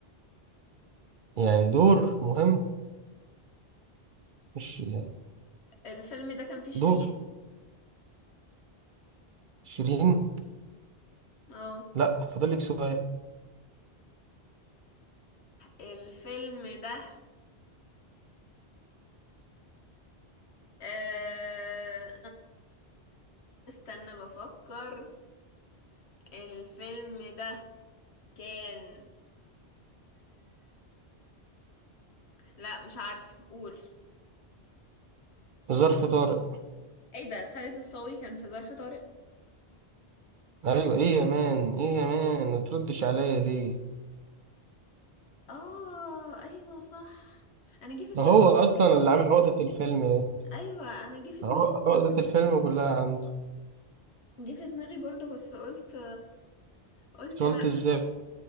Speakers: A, on the right; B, on the left.
A: يعني دور مهم مش يعني
B: الفيلم ده كان فيه شيرين
A: دور شيرين
B: اه
A: لا فاضل لك سؤال
B: الفيلم ده آه، استنى بفكر الفيلم ده كان لا مش عارف قول
A: ظرف طارق
B: ايه ده خالد الصاوي كان في ظرف طارق
A: ايوه ايه يا مان ايه يا مان ما تردش عليا ليه
B: اه ايوه صح انا جه في دماغي
A: ده هو اصلا
B: ظرف طارق
A: اللي عامل عقدة الفيلم يا ابني.
B: ايوه انا جه في دماغي
A: عق- عقدة
B: برضه
A: الفيلم
B: بس
A: كلها عنده
B: جه في دماغي برضه بس قلت قلت
A: قلت
B: لا
A: ازاي